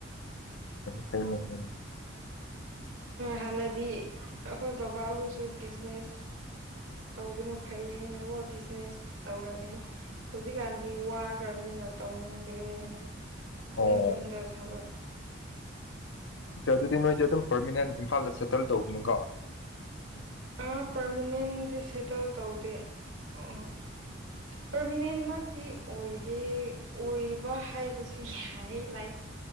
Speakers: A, on the left (about 75°); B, on the right (about 90°).
A: ꯐꯩ
B: ꯍꯥꯟꯅꯗꯤ ꯑꯩꯈꯣꯏ ꯕꯕꯥꯍꯣꯏꯁꯨ ꯕꯤꯖꯤꯅꯦꯁ ꯇꯧꯕꯅ ꯐꯩ ꯍꯥꯏꯅꯀꯣ ꯕꯤꯖꯤꯅꯦꯁ ꯇꯧꯔꯝꯃꯤ ꯍꯧꯖꯤꯛꯀꯥꯟꯗꯤ ꯋꯥꯈ꯭ꯔꯕꯅꯤꯅ ꯇꯧꯅꯤꯡꯗ꯭ꯔꯦ ꯍꯥꯏꯅ ꯑꯗꯨꯝ
A: ꯑꯣ
B: ꯌꯨꯝꯗ ꯊꯕꯛ
A: ꯑꯣꯀꯦ ꯑꯗꯨꯗꯤ ꯅꯣꯏꯗꯤ ꯑꯗꯨꯝ ꯄꯔꯃꯤꯅꯦꯟ ꯏꯝꯐꯥꯜꯗ ꯁꯦꯇꯜ ꯇꯧꯕꯅꯤꯀꯣ
B: ꯑ ꯄꯥꯔꯃꯅꯦꯟꯗꯤ ꯁꯦꯇꯜ ꯇꯧꯗꯦ ꯑ ꯄꯔꯃꯤꯅꯦꯟꯃꯛꯇꯤ ꯑꯣꯏꯗꯦ ꯑꯣꯏꯕ ꯍꯥꯏꯕꯁꯨ ꯌꯥꯏ ꯂꯥꯏꯛ